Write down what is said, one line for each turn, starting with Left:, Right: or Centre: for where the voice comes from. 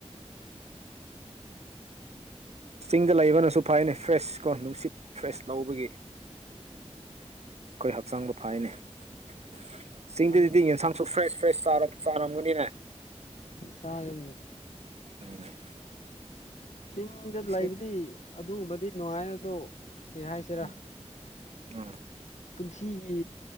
Right: ꯆꯤꯡꯗ ꯂꯩꯕꯅꯁꯨ ꯐꯩꯌ‌ꯦꯅꯦ ꯐ꯭ꯔꯦꯁ ꯀꯣ ꯅꯨꯡꯁꯤꯠ ꯐ꯭ꯔꯦꯁ ꯂꯧꯕꯒꯤ ꯑꯩꯈꯣꯏ ꯍꯛꯆꯥꯡꯗ ꯐꯩ‌ꯌ‌ꯦꯅ‌ꯦ ꯆꯤꯡꯗꯗꯤ
Left: ꯃꯥꯅꯦ
Right: ꯌꯦꯟꯁꯥꯡꯁꯨ ꯐ꯭ꯔꯦꯁ ꯐ꯭ꯔꯦꯁ ꯆꯥꯔꯝ ꯆꯥꯔꯝꯒꯅꯤꯅꯦ
Left: ꯆꯥꯏꯌ‌ꯦ
Right: ꯑꯗꯨꯅꯤ
Left: ꯆꯤꯡꯗ ꯂꯩꯕꯗꯤ
Right: ꯁꯤ
Left: ꯑꯗꯨꯒꯨꯝꯕꯗꯤ ꯅꯨꯡꯉꯥꯏ ꯑꯗꯣ ꯀꯔꯤ ꯍꯥꯏꯁꯤꯔꯥ
Right: ꯎꯝ ꯎꯝ
Left: ꯄꯨꯟꯁꯤꯒꯤ